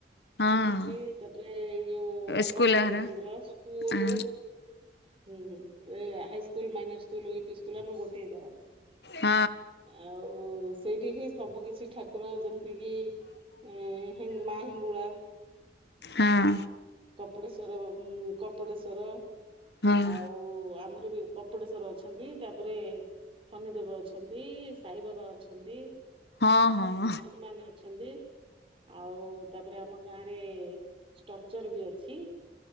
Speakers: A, on the left (about 70°); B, on the right (about 30°).
A: ହଁ
B: ଅଫିସି, ତାପରେ ଏଇ ଯୋଉ ଅଙ୍ଗନବାଡି
A: ସ୍କୁଲ ହରା
B: କେନ୍ଦ୍ର, ସ୍କୁଲୁ
A: ହଁ
B: ହୁଁ ହୁଁ, ଏ high school, minor school, U P school ଆମ ଗୋଟିଏ ଜାଗା।
A: ହଁ
B: ଆଉ ସେଇଠି ହିଁ, ସବୁ କିଛି ଠାକୁର ଯେମିତି କିି ଏଁ ମା ହିଙ୍ଗୁଳା,
A: ହଁ
B: କପଟେଶ୍ୱ ତ୍ବରବ ଉମ୍ କପଟେଶ୍ଵର
A: ହଁ
B: ଆଉ, ଆମର ବି କପଟେଶ୍ଵର ଅଛନ୍ତି, ତା'ପରେ ଶନି ଦେବ ଅଛନ୍ତି, ସାଇବାବା ଅଛନ୍ତି,
A: ହଁ ହଁ
B: ହନୁମାନ ଅଛନ୍ତି। ଆଉ ତା'ପରେ ଆମ ଗାଁ ରେ ଷ୍ଟକ୍ଚର ବି ଅଛି।